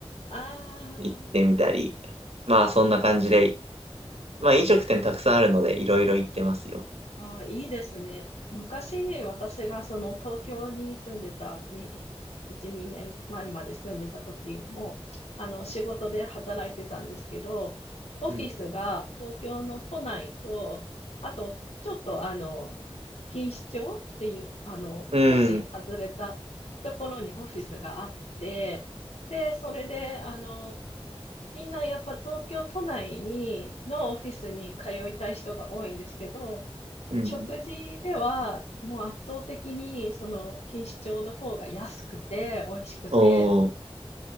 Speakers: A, on the left (about 90°); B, on the right (about 75°).
A: ああ
B: 行ってみたり、まあそんな感じで、
A: なるほど。
B: まあ飲食店たくさんあるのでいろいろ行ってますよ。
A: ああ、いいですね。昔、私がその東京に住んでたに、1、2年前まえまで住んでた時も、あの仕事で働いてたんですけど、オフィスが東京の都内と、
B: うん。
A: あとちょっとあの、錦糸町っていう、あの、
B: うん。
A: 少し外れたところにオフィスがあって、で、それで、あの、みんなやっぱ東京都内にのオフィスに通いたい人が多いんですけど、
B: うん。
A: 食事では、もう圧倒的に、その、錦糸町の方が安くて、美味しくて、
B: おー。